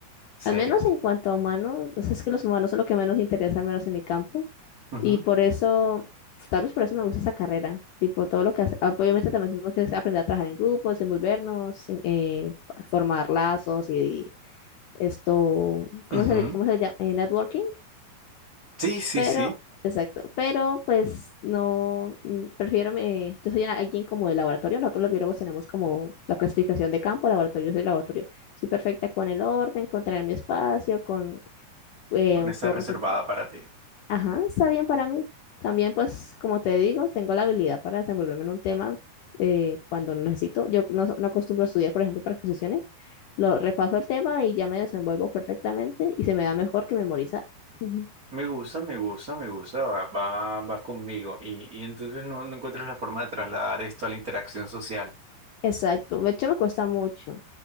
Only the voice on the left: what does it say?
Al menos en cuanto a humanos, o sea, es que los humanos son lo que menos interesa, al menos en mi campo.
Y por eso, pues, tal vez por eso me gusta esa carrera. Tipo, todo lo que hace, ah, obviamente también tenemos que aprender a trabajar en grupo, desenvolvernos, en- eh, formar lazos y, y esto, ¿cómo
se le, cómo se le llama? Eh, networking.
Pero,
exacto. Pero, pues, no, mm, prefiero, me, yo soy una- alguien como de laboratorio. Nosotros los biólogos tenemos como la clasificación de campo, laboratorio, yo soy laboratorio. Soy perfecta con el orden, con tener mi espacio, con eh,
entonces,
ajá, está bien para mí. También, pues, como te digo, tengo la habilidad para desenvolverme en un tema eh, cuando necesito. Yo no, so- no acostumbro a estudiar, por ejemplo, para exposiciones. Lo repaso el tema y ya me desenvuelvo perfectamente y se me da mejor que memorizar. <laughs>
Exacto, de hecho me cuesta mucho.